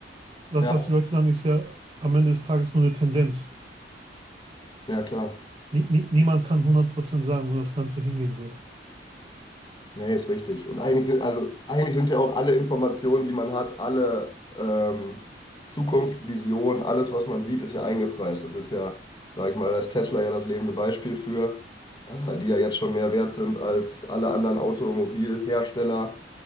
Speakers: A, on the right; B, on the left.
A: Das,
B: Ja,
A: was die Leute sagen, ist ja am Ende des Tages nur eine Tendenz.
B: ja klar.
A: Nie, nie, niemand kann hundert Prozent sagen, wo das Ganze hingehen wird.
B: Nee, ist richtig. Und eigentlich sind, also, eigentlich sind ja auch alle Informationen, die man hat, alle ähm, Zukunftsvisionen, alles, was man sieht, ist ja eingepreist. Das ist ja, sage ich mal, da ist Tesla ja das lebende Beispiel für, äh, die ja jetzt schon mehr wert sind als alle anderen Automobilhersteller.